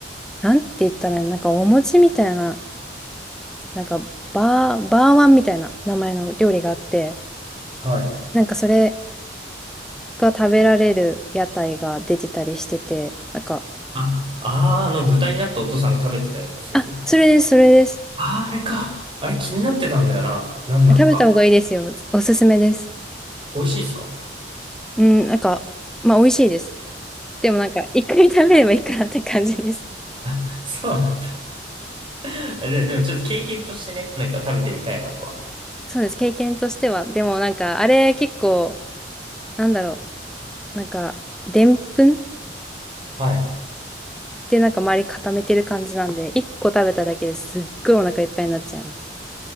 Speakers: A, in the centre; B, on the right (about 30°).
A: なんて言ったらいいの、なんかお餅みたいな、なんか、バー、バーワンみたいな名前の料理があって、
B: はい。
A: なんかそれ、が食べられる屋台が出てたりしてて、なんか、
B: あ、あー、あの豚になったお父さんが食べてたやつ。
A: あ、それです、それです。
B: あー、あれか。あれ気になってたんだよな。何なのか。
A: 食べた方がいいですよ。おすすめです。
B: 美味しいですか
A: うん、なんか、まあ、美味しいです。でもなんか、一回食べればいいかなって感じです。
B: <laughs> そうなんだ。<laughs> で、でもちょっと経験としてね、なんか食べてみたいなとは。
A: そうです、経験としては。でもなんか、あれ結構、なんだろう、なんか、でんぷんっ
B: はい。
A: てなんか周り固めてる感じなんで、一個食べただけですっごいお腹いっぱいになっちゃいます。